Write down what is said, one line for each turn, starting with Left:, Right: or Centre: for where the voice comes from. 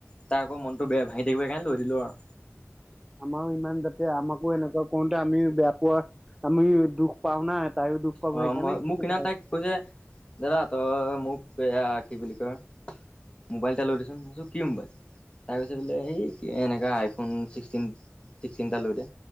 Left: তাৰ আকৌ মনটো বেয়া ভাঙি থাকিব সেই কাৰণে লৈ দিলো আৰু
Centre: আমাৰো ইমান যাতে আমাকো এনেকুৱা কওঁতে আমি বেয়া পোৱা আমি দুখ পাও না তাইয়ো দুখ পাব
Left: অ
Centre: সেইকাৰণে
Left: মই
Centre: কি
Left: মোক
Centre: কব
Left: সিদিনা
Centre: আৰু
Left: তাইক কৈছে দাদা তই মোক এয়া কি বুলি কয় মোবাইল এটা লৈ দেচোন মই কি মোবাইল তাই কৈছে বোলে এই এনেকা আইফোন চিক্সটিন চিক্সটিন এটা লৈ দে